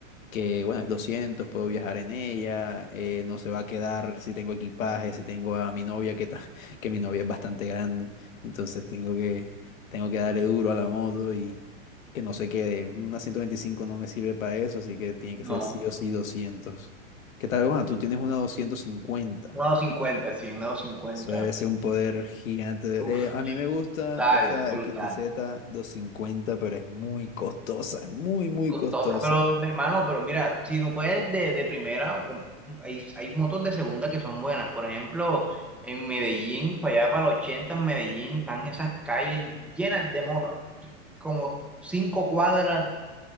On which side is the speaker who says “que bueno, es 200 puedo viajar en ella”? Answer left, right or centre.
Left